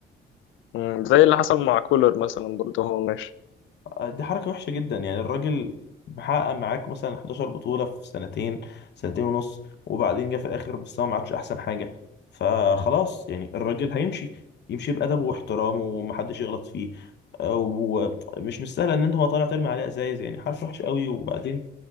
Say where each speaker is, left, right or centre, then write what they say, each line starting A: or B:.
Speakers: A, on the left; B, on the left.
A: مم. زي اللي حصل مع كولر مثلا برضه هو ماشي
B: دي حركة وحشة جدا يعني الراجل محقق معاك مثلا 11 بطولة في سنتين سنتين ونص وبعدين جه في الآخر مستواه ما عادش أحسن حاجة فخلاص يعني الراجل
A: مم.
B: هيمشي يمشي بأدبه واحترامه ومحدش يغلط فيه آه، ومش مستاهل إن أنت هو طالع ترمي عليه أزايز يعني حركة وحشة قوي وبعدين